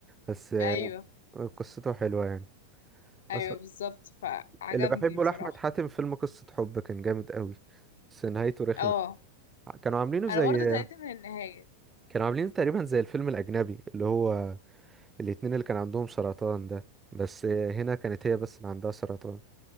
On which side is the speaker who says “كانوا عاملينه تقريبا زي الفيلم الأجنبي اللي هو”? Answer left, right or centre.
Right